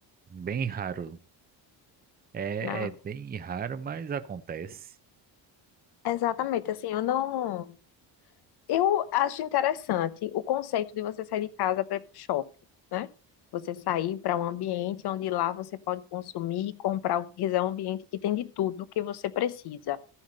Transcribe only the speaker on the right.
Bem raro. É,
é bem raro, mas acontece.